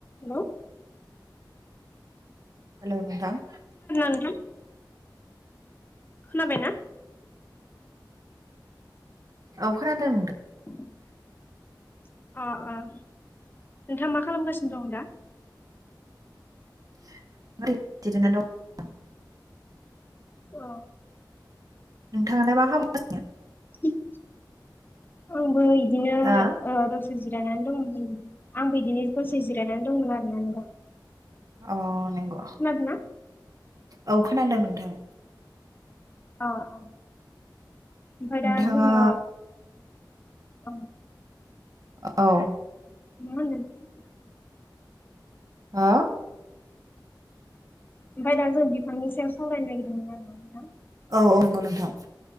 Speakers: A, on the left (about 25°); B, on the right (about 50°).
A: हेल'।
B: हेल' नोंथां।
A: नोंथां खोनाबायना?
B: औ खोनादों।
A: <unintelligible> अ' अ' नोंथाङा मा खालामगासिनो दं दा?
B: <unintelligible>
A: अ
B: नोंथाङालाय मा खामगासिनो?
A: <unintelligible> आंबो इदिनो
B: हा
A: ओ दोंस दसे जिरायनानै दंमोन जेरै आं बिदिनो दसे जिरायनानै दंमोन आरोना नोंथां।
B: अ नंगौ
A: खोनादोंना
B: औ खोनादों नोंथां।
A: आ आ ओमफाय
B: नोंथाङा
A: दा जोङो अ
B: औ
A: मा होनदों नोंथां?
B: ह आ
A: ओमफाय दा जों बिफांनि सायाव सावरायनो नागिरदोंमोन आरो ना नोंथां।
B: औ‌ औ नंगौ नोंथां‌।